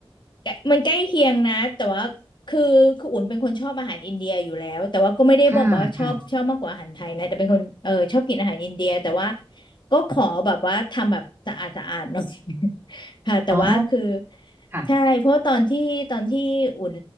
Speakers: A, on the left; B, on the right.
A: แกะมันใกล้เคียงนะแต่ว่าคือคืออุ่นเป็นคนชอบอาหารอินเดียอยู่แล้วแต่ว่าก็ไม่ได้บอกว่าชอบชอบมากกว่าอาหารไทยนะแต่เป็นคนเออชอบกินอาหารอินเดียแต่ว่า
B: ค่ะค่ะ
A: ก็ขอแบบว่าทำแบบสะอาดสะอาดหน่อย <laughs> ค่ะแต่ว่าคือ
B: อ๋อค่ะ
A: ใช่เพราะตอนที่ตอนที่อุ่น